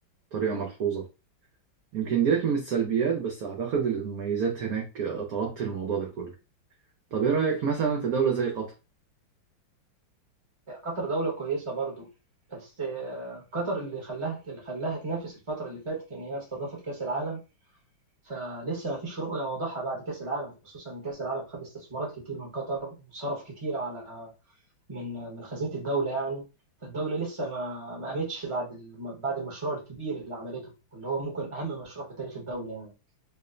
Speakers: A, on the right; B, on the right.
A: طريقة ملحوظة يمكن ديت من السلبيات بس أعتقد المميزات هناك تغطي الموضوع ده كله طب إيه رأيك مثلا في دولة زي قطر؟
B: قطر دولة كويسة برضو بس آه، قطر اللي خلاها اللي خلاها تنافس الفترة اللي فاتت إن هي استضافت كأس العالم فلسه ما فيش رؤية واضحة بعد كأس العالم خصوصا إن كأس العالم خد استثمارات كتير من قطر وصرف كتير على من من خزينة الدولة يعني فالدولة لسه ما ما قامتش بعد الم- بعد المشروع الكبير اللي عملته واللي هو ممكن أهم مشروع في تاريخ الدولة يعني